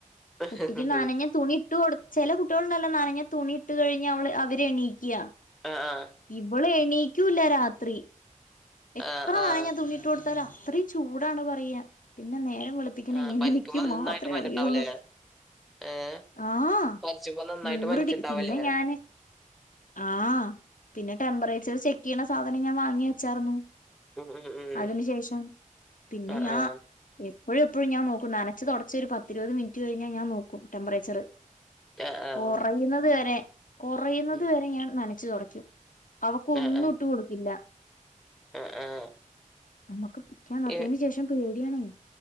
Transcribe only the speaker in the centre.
ആഹ്
ആഹ് ആഹ്
ആഹ് ആഹ്
ആഹ്
പനിക്കുമ്പോ
നന്നായിട്ട് പനിണ്ടാവുലേ
ഏഹ്
പനിച്ചുമ്പോ നന്നായിട്ട്
പനിച്ചിണ്ടാവുലേ
ഉം ഉം ഉം
ആഹ്
ആഹ്
ആഹ് ആഹ്
ഉം
ആഹ് ആഹ്
ആഹ് ആഹ്
ഇ